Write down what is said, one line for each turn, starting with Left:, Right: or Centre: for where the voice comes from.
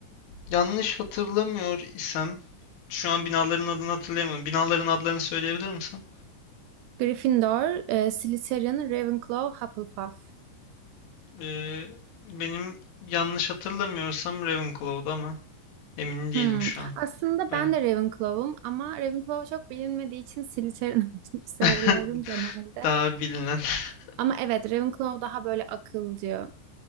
Left: Yanlış hatırlamıyor isem, şu an binaların adını hatırlayamıyorum. Binaların adlarını söyleyebilir misin?
Right: Gryffindor, e, Slytherin, Ravenclaw, Hufflepuff.
Left: Ee, benim yanlış hatırlamıyorsam Ravenclaw'du ama emin
Right: Hmm.
Left: değilim şu an.
Right: Aslında
Left: Ben
Right: ben de Ravenclaw'um ama Ravenclaw çok bilinmediği için Slytherin <laughs> olduğunu söylüyorum
Left: <laughs>
Right: genelde.
Left: daha bilinen. <laughs>
Right: Ama evet Ravenclaw daha böyle akılcı.